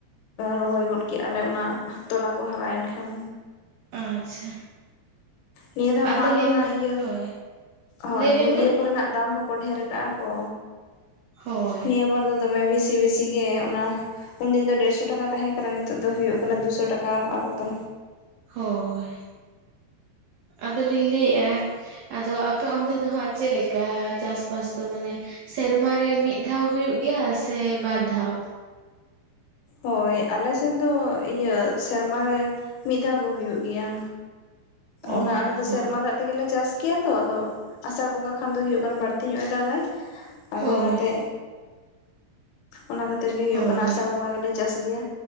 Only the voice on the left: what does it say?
ᱨᱚᱦᱚᱭ ᱜᱚᱫ ᱠᱮᱜ-ᱟ ᱞᱮ ᱚᱱᱟ ᱛᱚᱞᱟ ᱠᱚ ᱦᱟᱨᱟᱭᱮᱱ ᱠᱷᱟᱱ᱾
ᱱᱤᱭᱟᱹ ᱫᱷᱟᱣ
ᱢᱟ ᱟᱨᱦᱚᱸ ᱚᱱᱟ ᱤᱭᱟᱹ
ᱦᱳᱭ
ᱢᱩᱞᱭᱟᱹ
ᱠᱚᱨᱮᱱᱟᱜ ᱫᱟᱢ ᱦᱚᱸ ᱠᱚ ᱰᱷᱮᱨ ᱠᱟᱜᱼᱟ ᱠᱚ
ᱱᱤᱭᱟᱹ ᱵᱟᱨ ᱫᱚ ᱫᱚᱢᱮ ᱵᱤᱥᱤ ᱵᱤᱥᱤ ᱜᱮ ᱚᱱᱟ ᱩᱱᱫᱤᱱ ᱫᱚ ᱰᱮᱲ ᱥᱚ ᱴᱟᱠᱟ ᱛᱟᱦᱮᱸ ᱠᱟᱱᱟ ᱱᱤᱛᱚᱜ ᱫᱚ ᱦᱩᱭᱩᱜ ᱠᱟᱱᱟ ᱫᱩᱥᱚ ᱴᱟᱠᱟ ᱠᱟᱜ-ᱟ ᱠᱚᱛᱚ᱾
ᱦᱳᱭ ᱟᱞᱮᱥᱮᱱ ᱫᱚ ᱤᱭᱟᱹ ᱥᱮᱨᱢᱟᱨ ᱨᱮ ᱢᱤᱫ ᱫᱷᱟᱣ ᱜᱮ ᱦᱩᱭᱩᱜ ᱜᱮᱭᱟ᱾
ᱚᱱᱟ ᱟᱞᱮ ᱫᱚ
ᱥᱮᱨᱢᱟ ᱫᱟᱜ ᱛᱮᱜᱮ ᱞᱮ ᱪᱟᱥ ᱜᱮᱭᱟ ᱛᱚ ᱟᱫᱚ ᱟᱥᱟᱲ ᱵᱚᱸᱜᱟ ᱠᱷᱟᱱ ᱫᱚ ᱦᱩᱭᱩᱜ ᱠᱟᱱᱟ ᱵᱟᱹᱲᱛᱤ ᱧᱚᱜ ᱮ ᱫᱟᱜᱟᱭ ᱟᱫᱚ
ᱚᱱᱟᱛᱮ ᱚᱱᱟ ᱠᱷᱟ ᱛᱤᱨ ᱜᱮ ᱦᱩᱭᱩᱜᱭ
ᱠᱟᱱᱟ ᱟᱥᱟᱲ ᱵᱚᱸᱜᱟ ᱜᱮᱞᱮ ᱪᱟᱥ ᱜᱮᱭᱟ,